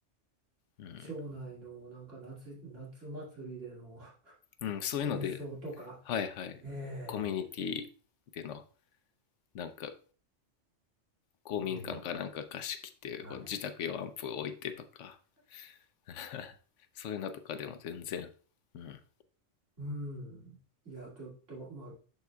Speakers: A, on the left; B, on the right.
A: う
B: 町内のなんか夏、夏祭りでの
A: ん、
B: <laughs>
A: うん、そういうので、
B: 演奏とか、
A: はいはい。
B: え
A: コミュニティでの、なんか、公民館かなんか貸し切って、
B: え、うん。はい。
A: こう自宅用アンプを置いてとか、<laughs> そういうのとかでも全然、うん。
B: うん。いや、ちょっと、ま